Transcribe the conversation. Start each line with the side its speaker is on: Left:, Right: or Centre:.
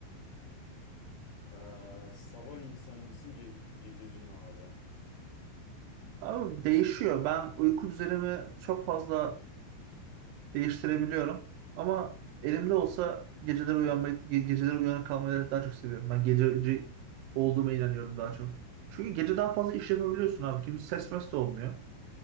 Left: Ee, sabah insanı mısın, gece, gececi mi abi?
Right: Abi değişiyor. Ben uyku düzenimi çok fazla değiştirebiliyorum. Ama elimde olsa geceleri uyanmayı, ge- geceleri uyanık kalmayı daha çok seviyorum. Ben gececi olduğuma inanıyorum daha çok. Çünkü geceden fazla iş yapabiliyorsun abi. Kimse ses mes de olmuyor.